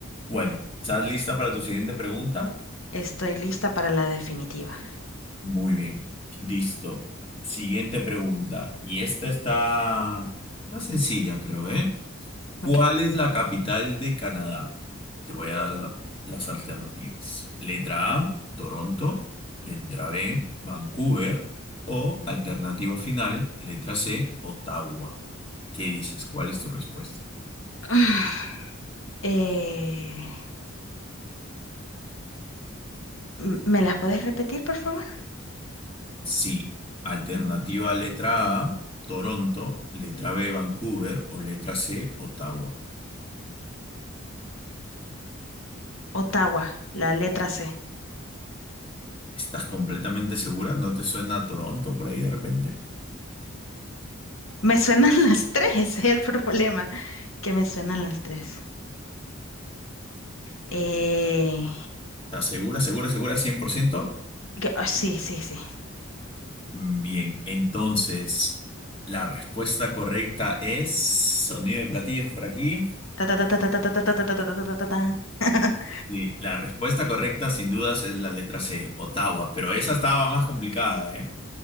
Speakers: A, on the left; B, on the left.
A: Bueno, ¿estás lista para tu siguiente pregunta?
B: Estoy lista para la definitiva.
A: Muy bien, listo. Siguiente pregunta. Y esta está, está sencilla, creo, ¿eh? ¿Cuál
B: Ok.
A: es la capital de Canadá? Te voy a dar la- las alternativas. Letra A, Toronto. Letra B, Vancouver. O alternativa final, letra C, Ottawa. ¿Qué dices? ¿Cuál es tu respuesta?
B: <sighs> Eh, m- ¿me las puedes repetir, por favor?
A: Sí, alternativa letra A, Toronto, letra B, Vancouver o letra C, Ottawa.
B: Ottawa, la letra C.
A: ¿Estás completamente segura? ¿No te suena a Toronto por ahí de repente?
B: Me suenan <laughs> las tres, ese es el problema, que me suenan las tres. Eh,
A: ¿Estás segura, segura, segura, 100%?
B: que- ah, sí, sí, sí.
A: Mm, Bien, entonces la respuesta correcta es sonido de platillos por aquí.
B: Ta, ta, ta, ta, ta, ta, ta, ta, ta, ta, ta, ta, ta, ta, ta, ta. <laughs>
A: Sí, la respuesta correcta sin dudas es la letra C, Ottawa, pero esa estaba más complicada, ¿eh?